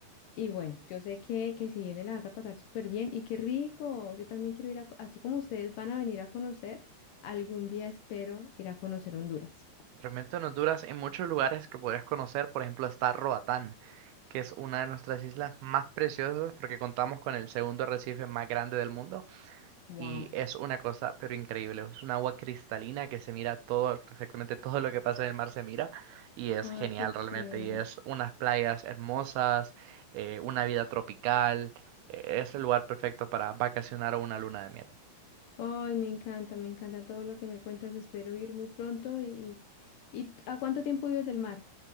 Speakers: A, on the left (about 75°); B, on the right (about 75°).
A: Y bueno, yo sé que, que si vienes la vas a pasar súper bien y qué rico, yo también quiero ir a, co- así como ustedes van a venir a conocer, algún día espero ir a conocer Honduras.
B: Realmente en Honduras, en muchos lugares que podrías conocer, por ejemplo, está Roatán. que es una de nuestras islas más preciosas porque contamos con el segundo arrecife más grande del mundo
A: Wow.
B: y es una cosa pero increíble, es un agua cristalina que se mira todo, exactamente todo lo que pasa en el mar se mira y es
A: Ay,
B: genial
A: qué chévere.
B: realmente y es unas playas hermosas, eh, una vida tropical, eh, es el lugar perfecto para vacacionar o una luna de miel.
A: Ay, me encanta, me encanta todo lo que me cuentas, espero ir muy pronto y, y ¿a cuánto tiempo vives del mar?